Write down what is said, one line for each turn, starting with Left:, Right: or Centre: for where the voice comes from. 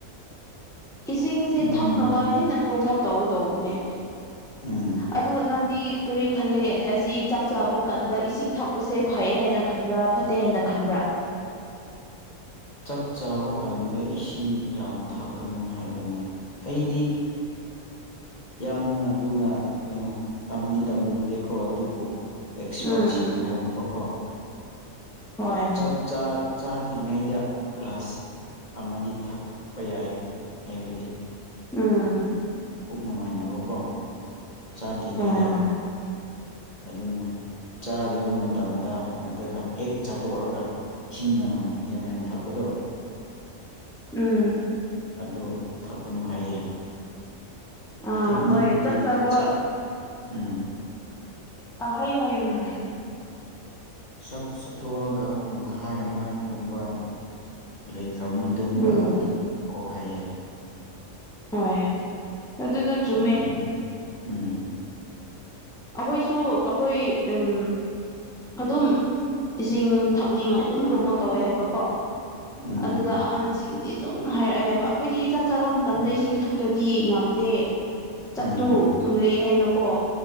Centre: ꯏꯁꯤꯡꯁꯦ
Left: ꯅꯣꯡ
Centre: ꯊꯛꯅꯕ ꯍꯦꯟꯅ ꯄ꯭ꯔꯣꯃꯣꯠ ꯇꯧꯒꯗꯧꯕꯅꯦ
Left: ꯎꯝ
Centre: ꯑꯗꯨ ꯅꯪꯗꯤ ꯀꯔꯤ ꯈꯜꯂꯦ ꯑꯁꯤ ꯆꯥꯛ ꯆꯥꯕ ꯀꯥꯟꯗ ꯏꯁꯤꯡ ꯊꯛꯄꯁꯦ ꯐꯩꯌꯦ ꯍꯥꯏꯅ ꯈꯟꯕ꯭ꯔꯥ ꯐꯠꯇꯦ ꯍꯥꯏꯅ ꯈꯟꯕ꯭ꯔꯥ <unintelligible>
Left: ꯆꯥꯛ ꯆꯥꯕ ꯀꯥꯟꯗ ꯏꯁꯤꯡ ꯌꯥꯝ ꯊꯛꯀꯅꯨ ꯍꯥꯏꯕꯅꯦ ꯑꯩꯗꯤ ꯌꯥꯝꯅ ꯂꯨꯅ ꯀꯩꯅꯣ ꯇꯝꯗꯤ ꯇꯝꯂꯨꯗꯦꯀꯣ ꯑꯗꯨꯕꯨ ꯑꯦꯛꯁꯄꯔꯠꯁꯤꯡꯅ
Centre: ꯎꯝ ꯎꯝ
Left: ꯍꯥꯏꯔꯛꯄꯀꯣ
Centre: ꯍꯣꯏ ꯍꯣꯏ
Left: ꯆꯛ ꯆꯥꯗ꯭ꯔꯤꯉꯩꯗ ꯒ꯭ꯂꯥꯁ ꯑꯃꯗꯤ ꯊꯛꯄ ꯌꯥꯏ ꯍꯥꯏꯕꯗꯤ
Centre: ꯎꯝ
Left: ꯄꯨꯛ ꯅꯨꯡꯉꯥꯏꯅꯕꯀꯣ ꯆꯥꯗ꯭ꯔꯤꯉꯩꯗ
Centre: ꯍꯣꯏ ꯍꯣꯏ
Left: ꯑꯗꯨꯅ ꯆꯥꯔꯤꯕ ꯃꯇꯝꯗ ꯅꯠꯇ꯭ꯔꯒ ꯍꯦꯛ ꯆꯥꯠꯇꯣꯛꯑꯒ ꯏꯁꯤꯡ ꯌꯥꯝ ꯌꯥꯝ ꯌꯥꯝ ꯊꯛꯄꯗꯣ
Centre: ꯎꯝ
Left: ꯑꯗꯨ ꯊꯛꯀꯅꯨ ꯍꯥꯏꯌꯦ
Centre: ꯑꯥ
Left: ꯊꯛꯅꯤꯡꯕꯒꯤ
Centre: ꯍꯣꯏ ꯆꯥꯛ ꯆꯥꯕ
Left: ꯆꯞ ꯎꯝ
Centre: ꯑ ꯍꯥꯏꯌꯣ ꯍꯥꯏꯌꯣ ꯅꯪ ꯍꯥꯏꯌꯣ
Left: ꯁꯛ ꯁꯛꯇꯣꯛꯑꯒ ꯄꯨꯡꯈꯥꯏ ꯑꯃꯒꯨꯝꯕ ꯈ꯭ꯔꯕ ꯃꯇꯨꯡꯗ
Centre: ꯎꯝ
Left: ꯑꯗꯨꯝ ꯍꯣ ꯍꯩꯌꯦ
Centre: ꯍꯣꯏ ꯑꯗꯨꯗꯣ ꯆꯨꯝꯃꯦ
Left: ꯑꯗꯨꯅ ꯎꯝ
Centre: ꯑꯩꯈꯣꯏꯁꯨ ꯑꯩꯈꯣꯏ ꯎꯝ ꯑꯗꯨꯝ ꯏꯁꯤꯡ ꯊꯛꯅꯤꯡꯉꯥꯏ ꯑꯗꯨꯝ ꯄ꯭ꯔꯣꯃꯣꯠ ꯇꯧꯋꯦ ꯍꯥꯏꯕꯀꯣ
Left: ꯎꯝ
Centre: ꯑꯗꯨꯗ ꯑꯍꯟꯁꯤꯡꯗꯤ ꯑꯗꯨꯝ ꯍꯥꯏꯔꯛꯑꯦ ꯍꯥꯏꯕ ꯑꯩꯈꯣꯏꯗꯤ ꯆꯥꯛ ꯆꯥꯕ ꯃꯇꯝꯗ
Left: ꯎꯝ
Centre: ꯏꯁꯤꯡ ꯊꯛ ꯆꯠꯇꯗꯤ ꯉꯝꯗꯦ ꯆꯠꯇꯨ
Left: ꯎꯝ
Centre: ꯐꯨꯜꯂꯦ ꯍꯥꯏꯅꯀꯣ